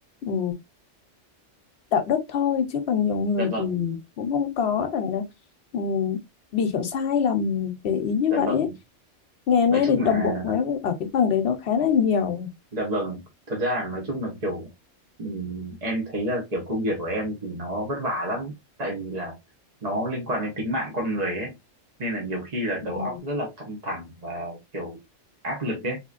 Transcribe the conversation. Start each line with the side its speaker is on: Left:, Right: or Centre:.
Left: ừ, đạo đức thôi chứ còn nhiều người
Right: Dạ vâng,
Left: thì cũng không có rằng là ừ, bị hiểu sai lầm về ý như
Right: dạ
Left: vậy
Right: vâng.
Left: ấy. ngày
Right: Nói
Left: nay
Right: chung
Left: thì đồng
Right: là
Left: bộ hóa ở cái phần đấy nó khá là nhiều
Right: Dạ vâng, thật ra là nói chung là kiểu ừm, em thấy là kiểu công việc của em thì nó vất vả lắm tại vì là nó liên quan đến tính mạng con người ấy nên là nhiều khi là đầu
Left: ừ.
Right: óc rất là căng thẳng và kiểu áp lực ấy